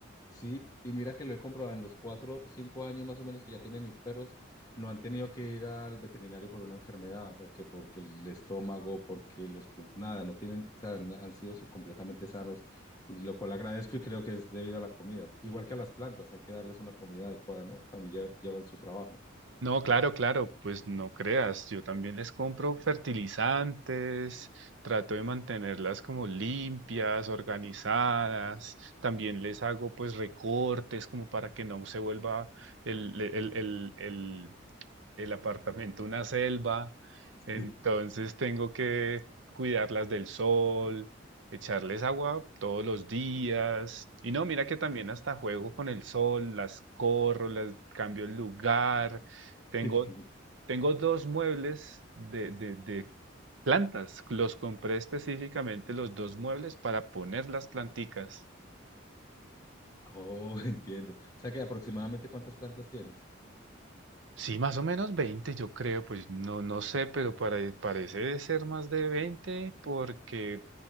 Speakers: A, on the left; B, on the right.
A: Sí, y mira que lo he comprobado en los cuatro, cinco años más o menos que ya tienen mis perros, no han tenido que ir al veterinario por una enfermedad o que porque el estómago, porque los, pul- nada, no tienen, o sea, han, han sido su- completamente sanos, y lo cual agradezco y creo que es debido a la comida. Igual que a las plantas, hay que darles una comida adecuada, ¿no? También lle- llevan su trabajo.
B: No, claro, claro, pues no creas, yo también les compro fertilizantes, trato de mantenerlas como limpias, organizadas, también les hago pues recortes como para que no se vuelva el, el, el, el- el apartamento una selva,
A: Sí,
B: entonces tengo que cuidarlas del sol, echarles agua todos los días. Y no, mira que también hasta juego con el sol, las corro, las cambio el lugar. Tengo,
A: sí.
B: tengo dos muebles de, de, de plantas. Los compré específicamente los dos muebles para poner las planticas.
A: Oh, <laughs> entiendo. O sea que aproximadamente ¿cuántas plantas tienes?
B: Sí, más o menos 20, yo creo, pues no, no sé, pero para- parece de ser más de 20 porque